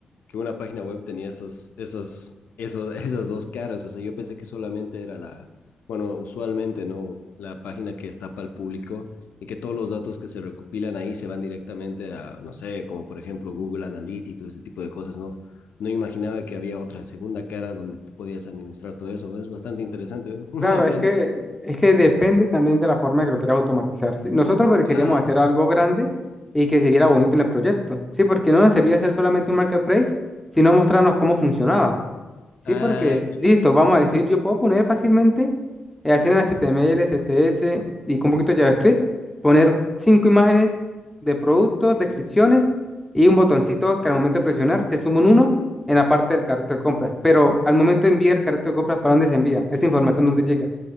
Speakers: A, on the left; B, in the centre.
A: que una página web tenía esos, esos, esos, <laughs> esas dos caras. O sea, yo pensé que solamente era la, bueno, usualmente, ¿no? La página que está para el público y que todos los datos que se recopilan ahí se van directamente a, no sé, como por ejemplo Google Analytics, ese tipo de cosas, ¿no? No imaginaba que había otra segunda cara donde tú podías administrar todo eso. Es bastante interesante, ¿eh? <laughs> Uno
B: Claro,
A: aprende.
B: es que, es que depende también de la forma que lo quieras automatizar. ¿sí? Nosotros porque
A: Ah,
B: queríamos hacer algo
A: ok.
B: grande y que siguiera bonito en el proyecto, ¿sí? Porque no nos servía hacer solamente un marketplace, sino mostrarnos cómo funcionaba, ¿sí?
A: Ah,
B: Porque,
A: claro,
B: listo,
A: claro.
B: vamos a decir, yo puedo poner fácilmente, eh, hacer en HTML, CSS y con un poquito de JavaScript, poner cinco imágenes de productos, descripciones y un botoncito que al momento de presionar se suma un uno en la parte del carrito de compras. Pero al momento de enviar el carrito de compras, ¿para dónde se envía? Esa información, ¿dónde llega?